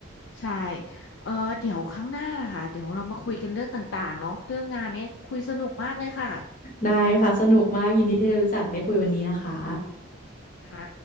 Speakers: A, on the left; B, on the left.
A: ใช่เออเดี๋ยวครั้งหน้านะคะเดี๋ยวเรามาคุยกันเรื่องต่างๆเนาะเรื่องงานเนี้ยคุยสนุกมากเลยค่ะ
B: ได้ค่ะสนุกมากยินดีที่ได้รู้จักได้คุยวันนี้นะคะ
A: ค่ะ